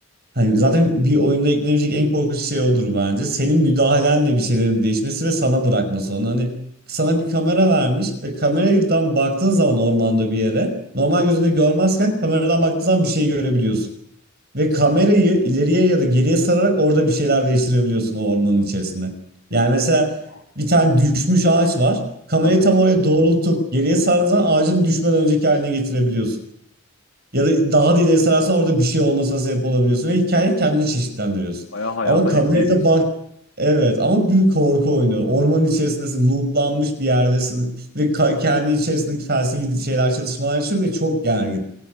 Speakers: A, on the right (about 50°); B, on the left (about 75°).
A: Hani zaten bir oyunda eklenecek en korkunç şey odur bence. Senin müdahalenle bir şeylerin değişmesi ve sana bırakması onu. Hani sana bir kamera vermiş ve kameradan baktığın zaman ormanda bir yere normal gözünde görmezken kameradan baktığın zaman bir şey görebiliyorsun. Ve kamerayı ileriye ya da geriye sararak orada bir şeyler değiştirebiliyorsun o ormanın içerisinde. Yani
B: Değil
A: mesela
B: mi? Aa,
A: bir tane düşmüş ağaç var. Kamerayı
B: Aha.
A: tam oraya doğrultup geriye sardığın zaman ağacın düşmeden önceki haline getirebiliyorsun. Ya da daha da ileri sararsan orada bir şey olmasına sebep olabiliyorsun ve hikayeyi kendini çeşitlendiriyorsun.
B: Bayağı hayata
A: Ama kamerayla
B: etki ediyorsun
A: bak
B: oyunu.
A: Evet ama bir korku oyunu. Ormanın içerisindesin, looplanmış bir yerdesin ve ka- kendi içerisindeki felsefi şeyler çalışmalar için ve çok gergin.